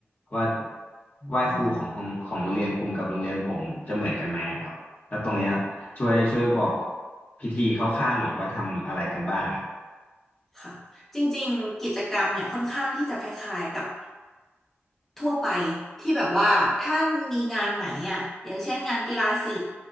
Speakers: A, on the left (about 40°); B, in the centre.
A: ว่า
B: อืม
A: ไหว้ครูของของของโรงเรียนคุณกับโรงเรียนผมจะเหมือนกันไหมครับแล้วตรงเนี้ยช่วยช่วยบอกพิธีคร่าวๆหน่อยว่าทำอะไรกันบ้างอะครับ
B: ค่ะจริงๆกิจกรรมเนี่ยค่อนข้างที่จะคล้ายๆกับทั่วไปที่แบบว่าถ้ามีงานไหนอ่ะอย่างเช่นงานกีฬาสี